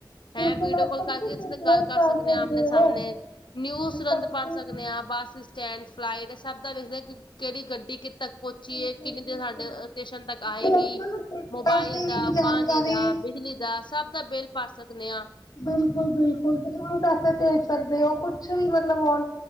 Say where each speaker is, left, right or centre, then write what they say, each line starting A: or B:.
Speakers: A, on the left; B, on the left.
A: ਹੈਂ
B: ਬਿਲਕੁਲ
A: ਵੀਡੀਓ
B: ਅੱਜ
A: ਕੋਲ
B: ਕੱਲ੍ਹ
A: <unintelligible>
B: ਤੁਸੀਂ ਫਿਟਨੈਸ
A: ਗੱਲ ਕਰ ਸਕਨੇ
B: ਸਕਦੇ
A: ਆ ਆਮਨੇ
B: ਹੋ
A: ਸਾਮਣੇ ਨਿਊ
B: ਅੱਜ
A: ਸੁਰੰਦ
B: ਕੱਲ੍ਹ ਤੁਸੀਂ
A: ਪੜ੍ਹ ਸਕਦੇ ਆ <unintelligible> ਸਟੈਂਡ ਫਲਾਈਟ ਸਭ ਦਾ ਵੇਖਦੇ ਕੀ ਕੇੜੀ ਗੱਡੀ ਕਿੱਥੇ ਤੱਕ ਪੋਚੀ
B: ਬਿਲਕੁਲ
A: ਏ ਕਿੰਨੀ ਦੇਰ
B: ਬਿਲਕੁਲ
A: ਸਾਡੇ ਸਟੇਸ਼ਨ
B: ਤੁਸੀਂ
A: ਤੱਕ ਆਏਗੀ
B: ਅੱਜ ਕੱਲ੍ਹ ਫਿਟਨੈਸ
A: ਮੋਬਾਇਲ
B: ਦੀ
A: ਦਾ,
B: ਵੀ ਜਾਣਕਾਰੀ
A: ਪਾਣੀ ਦਾ, ਬਿਜਲੀ ਦਾ ਸਭ ਦਾ ਬਿੱਲ ਭਰ ਸਕਨੇ ਆ।
B: ਬਿਲਕੁੱਲ-ਬਿਲਕੁੱਲ ਤੁਸੀ ਹੁਣ ਪੈਸੇ ਭੇਜ ਸਕਦੇ ਓ ਕੁਛ ਵੀ ਮਤਲਬ ਓ ਹੋ